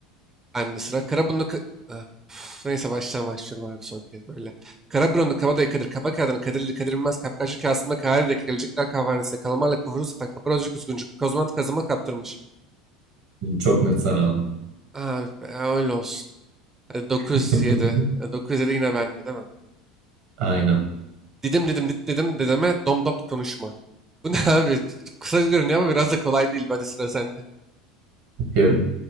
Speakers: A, on the right; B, on the right.
A: Ben de sıra. Karaburunlu... Ka- Ah, üf, Neyse baştan başlıyorum abi son kez böyle. Karaburunlu kabadayı Kadir kafa kağıdını Kadirli Kadir Bilmez kapkaçlı kasımda Kahire'deki Galecikler kahvehanesinde kalamarla kuvuru satan kaparozcu kuzguncuk kozmant kazıma kaptırmış.
B: Çok net sana aldım.
A: Abi e, öyle olsun. Hadi 9-7.
B: <laughs>
A: E, 9-7 yine bende değil mi?
B: Aynen.
A: Didim didim dit dedim dedeme dom dom konuşma. Bu ne <laughs> abi? Kısa görünüyor ama biraz da kolay değil. Hadi sıra sende.
B: Okuyorum.